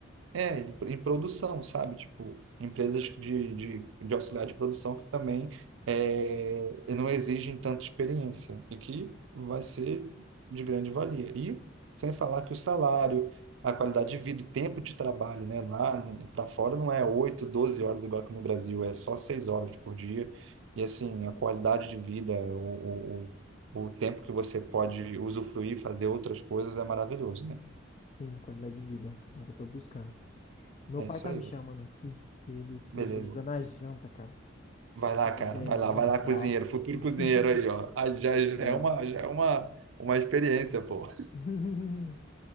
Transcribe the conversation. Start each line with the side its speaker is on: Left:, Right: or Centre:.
Right: é, em em produção, sabe? Tipo, empresas de, de, de auxiliar de produção que também é, não exigem tanta experiência e que vai ser de grande valia. E sem falar que o salário, a qualidade de vida, o tempo de trabalho, né? Lá para fora não é 8, 12 horas igual aqui no Brasil, é só 6 horas por dia. E assim, a qualidade de vida, o, o, o o tempo que você pode usufruir, fazer outras coisas é maravilhoso, né?
Left: Sim, qualidade de vida. É o que eu tô buscando. Meu
Right: É
Left: pai
Right: isso
Left: tá
Right: aí.
Left: me chamando aqui, que ele precisa
Right: Beleza.
Left: de ajuda na janta, cara.
Right: Vai lá,
Left: Ele
Right: cara,
Left: é velhinho
Right: vai lá, vai lá,
Left: e tal.
Right: cozinheiro, futuro
Left: <laughs>
Right: cozinheiro aí, ó. Ah, Já,
Left: Beleza.
Right: já é uma, já é uma, uma experiência, pô.
Left: <laughs>